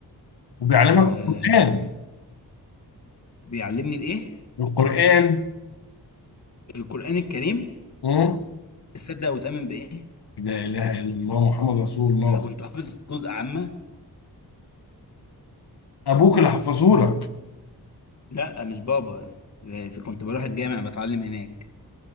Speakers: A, on the left (about 75°); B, on the left (about 45°).
A: وبيعلمك
B: وبيعلمني
A: القرآن
B: الايه
A: القرآن
B: القران الكريم
A: مم.
B: تصدق وتؤمن بايه
A: لا اله الا الله محمد رسول الله
B: انا كنت حافظ جزء عامه
A: ابوك اللي حفظه لك
B: لا مش بابا في- كنت بروح الجامع بتعلم هناك